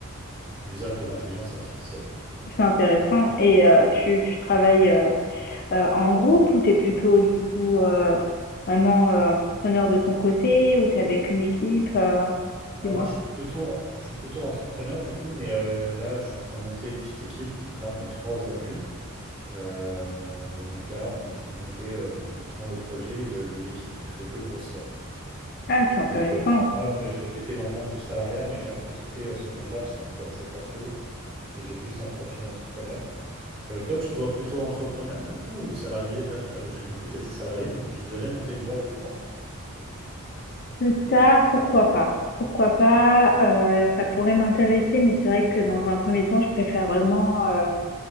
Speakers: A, on the right; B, on the left.
A: l'usage de l'intelligence artificielle.
B: c'est intéressant. Et euh, tu, tu travailles euh, euh, en groupe ou t'es plutôt du coup euh, vraiment euh, entrepreneur de ton côté ou t'es avec une équipe euh,
A: Alors
B: dis-moi.
A: moi, je suis plutôt, je suis plutôt entrepreneur du coup, mais euh, là, je suis en train de monter une petite équipe. Donc là, on est trois aujourd'hui. Euh, et donc là, on est en train de monter euh, doucement le projet. Le- l'équipe ne fait que grossir.
B: Ah, c'est intéressant.
A: Donc euh, bah, moi, je- j'ai- j'étais dans le monde du salariat, mais j'ai un peu quitté euh, ce monde-là parce que ça m'intéressait pas trop. Et j'ai plus un profil entrepreneur. Euh, toi, tu te vois plutôt entrepreneur du coup ou salarié? Là, toi, j'ai compris que tu étais salarié, mais tu devrais monter une boîte plus tard.
B: Plus tard, pourquoi pas? Pourquoi pas? euh, ça pourrait m'intéresser, mais c'est vrai que dans un premier temps, je préfère vraiment euh,